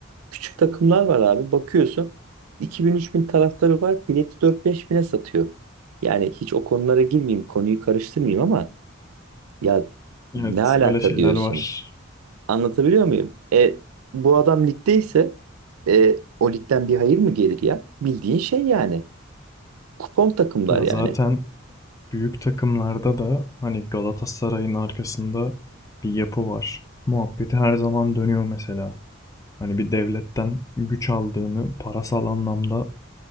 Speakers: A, on the right; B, on the left.
A: Küçük takımlar var abi. Bakıyorsun 2000-3000 taraftarı var. Bileti 4-5 bine satıyor. Yani hiç o konulara girmeyeyim, konuyu karıştırmayayım ama ya
B: Evet,
A: ne alaka
B: öyle şeyler
A: diyorsun?
B: var.
A: Anlatabiliyor muyum? E, bu adam ligdeyse e, o ligden bir hayır mı gelir ya? Bildiğin şey yani. Kupon takımlar
B: Ya
A: yani.
B: zaten büyük takımlarda da hani Galatasaray'ın arkasında bir yapı var. Muhabbeti her zaman dönüyor mesela. Hani bir devletten güç aldığını parasal anlamda